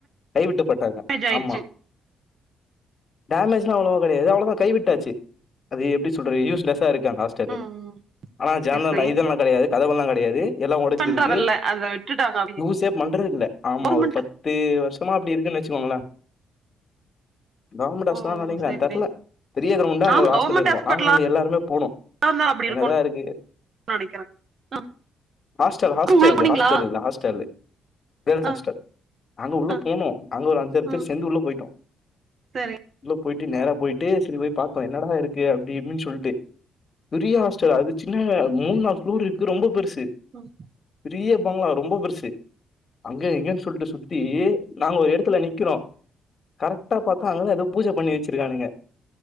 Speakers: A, on the left; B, on the right.
A: கைவிட்ட பட்டாங்க
B: டேமேஜ் ஆயிடுச்சு
A: ஆமா டேமேஜ் அவ்ளவோ கெடையாது அவளோதா கைவிட்டாச்சு அது எப்டி சொல்றது யூஸ்லெஸ் த்தா இருக்கா ஹாஸ்டலு
B: ம்,
A: ஆனா ஜன
B: சரி
A: இதெல்லா கெடையாது கதவல்லா கெடையாது எல்லா ஒடைஞ்சிருக்கு
B: பண்றதில்ல அதை விட்டுட்டாங்க
A: யூசே பண்றது இல்ல ஆமா
B: கவர்மெண்ட்
A: ஒரு பத்து வருஷமா அப்டி இருக்குன்னு வெச் ச்சிங்கோஙளே கவர்மெண்ட் ஹாஸ்டல்
B: ஓ
A: தா நெனைக்கிறே
B: சரி சரி
A: தெரல பெரிய கிரவுண்டா அங்க
B: ஆமா
A: ஒரு ஹாஸ்டல்
B: கவர்மெண்ட்
A: இருக்கு
B: ஹாஸ்பிட்டலா
A: நாங்க அங்க எல்லாருமே போனோ
B: இருந்தா அப்படி
A: என்னதா
B: இருக்கும்
A: இருக்கு
B: நெனைக்கிறே ஆ
A: ஹாஸ்டல் ஹாஸ்டல்லு
B: உள்ள போனீங்களா
A: ஹாஸ்பிட்டல்ல ஹாஸ்டல்லு தேல்ஸ்
B: ஆ
A: ஹாஸ்டல் அங்க உள்ள
B: ஆ
A: போனோ அங்க ஒரு அஞ்சாறு
B: ம்
A: பேர் சேந்து உள்ள போயிட்டோ
B: சரி
A: உள்ள போயிட்டு நேரா போயிட்டு சரி போய் பாத்தோ என்னடா இருக்கு அப்டின்னு சொல்ட்டு பெரிய ஹாஸ்டல் அது சின்ன மூணு நாலு ஃப்ளோர் இருக்கு ரொம்ப பெருசு
B: ம்
A: பெரிய ப்பாங்கள ரொம்ப பெருசு அங்க இங்கன்னு சொல்ட்டு சுத்தி நாங்க ஒரு எடத்துல நிக்கிறோ கரெக்டா பாத்தா அங்காதா எதோ பூஜை பண்ணி வச்சிருக்கானுங்க